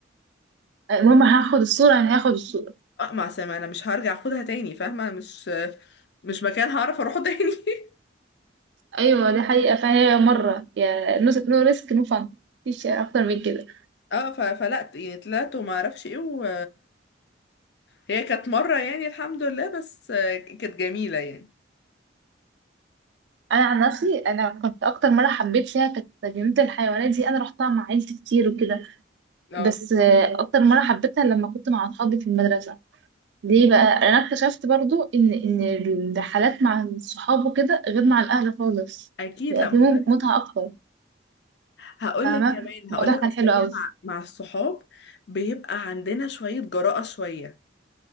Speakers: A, on the right; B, on the left.
A: المهم هاخد الصوره انا هاخد الصوره
B: اقمع سامع انا مش هرجع اخدها تاني فاهمه أنا مش مش مكان هعرف اروحه تاني <laughs>
A: ايوه دي حقيقه فهي مره يا نو نو ريسك نو فن مفيش اكتر من كده
B: اه ف- فلا يعني طلعت وما اعرفش ايه و هي كانت مرة يعني الحمد لله بس آه، كانت جميلة يعني
A: انا عن نفسي انا كنت اكتر مره حبيت فيها كانت جنينه الحيوانات دي انا رحتها مع عيلتي كتير وكده
B: اه
A: بس آه، اكتر مره حبيتها لما كنت مع اصحابي في المدرسه ليه بقى انا اكتشفت برضو ان ان الرحلات مع الصحاب وكده غير مع الاهل خالص
B: اكيد
A: بيبقى
B: لا
A: في
B: مختلف
A: مم- متعه اكتر
B: هقول
A: فاهمه
B: لك كمان
A: الموضوع
B: هقول لك
A: كان
B: اصل
A: حلو
B: هي
A: قوي
B: مع مع الصحاب بيبقى عندنا شوية جراءة شوية